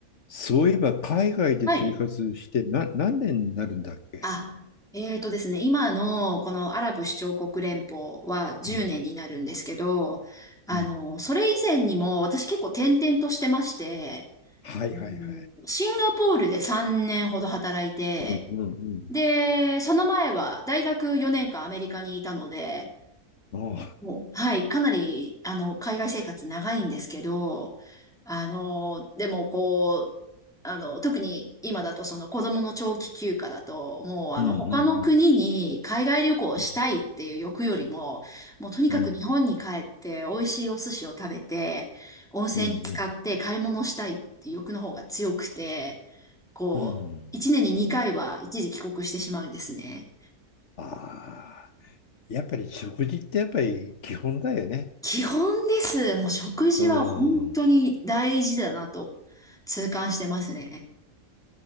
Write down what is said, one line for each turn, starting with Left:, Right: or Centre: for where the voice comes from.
Left: そういえば海外で生活してな何年になるんだっけ
Centre: はい。あ、えーとですね、今のこのアラブ首長国連邦は10年になるんですけど、
Left: うん。
Centre: あの、
Left: うん。
Centre: それ以前にも私結構転々としてまして、
Left: はいはいはい。
Centre: うんシンガポールで3年ほど働いて、
Left: うんうん
Centre: で、その前は大学4年間アメリカにいたので、
Left: うん。ああ。
Centre: もう、はい、かなり、あの、海外生活長いんですけど、あの、でもこう、あの、特に今だとその子供の長期休暇だと、もうあの、
Left: うんうん
Centre: 他の国に海外旅行をしたいっていう欲よりも、
Left: うん。
Centre: もうとにかく日本に帰って美味しいお寿司を食べて、
Left: うん
Centre: 温泉に浸かって買い物したいっていう欲の方が強くて、
Left: うんうん
Centre: こう、
Left: うん。
Centre: 一年に2回は一時帰国してしまうんですね。
Left: ああ。やっぱり食事ってやっぱり基本だよね。
Centre: 基本です。もう食事は本当に大事だなと痛感してますね。
Left: うん。